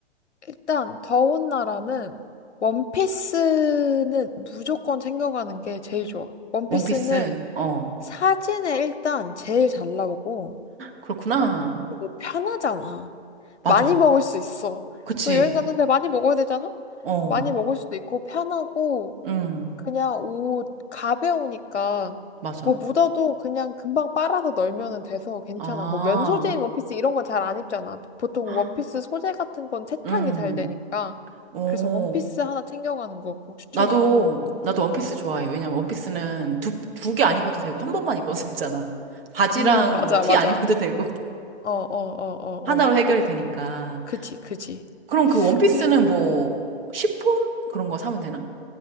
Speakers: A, on the left (about 80°); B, on the right (about 55°).
A: 일단 더운 나라는 원피스는 무조건 챙겨가는 게 제일 좋아. 원피스는
B: 원피스. 어.
A: 사진에 일단 제일 잘 나오고
B: 그렇구나.
A: 그리고 편하잖아.
B: 맞아.
A: 많이 먹을 수 있어.
B: 그치.
A: 또 여행 갔는데 많이 먹어야 되잖아?
B: 어.
A: 많이 먹을 수도 있고 편하고
B: 음,
A: 그냥 옷 가벼우니까
B: 맞아.
A: 뭐 묻어도 그냥 금방 빨아서 널면은 돼서 괜찮아.
B: 아,
A: 뭐 면 소재인 원피스 이런 건 잘 안 입잖아. 보통
B: 헉,
A: 원피스 소재 같은 건 세탁이
B: 음,
A: 잘 되니까.
B: 오.
A: 그래서 원피스 하나 챙겨가는 거 꼭 추천하고.
B: 나도, 나도 원피스 좋아해. 왜냐면 원피스는 두, 두 개 안 입어도 되고, 한 번만 입어도 <laughs> 되잖아. 바지랑
A: 음, 맞아,
B: 뭐 티
A: 맞아.
B: 안 입어도 되고, <laughs>
A: 어, 어, 어, 어,
B: 하나로
A: 어.
B: 해결이 되니까.
A: 그지, 그지.
B: 그럼 그 원피스는
A: 그리고,
B: 뭐, 시폰? 그런 거 사면 되나?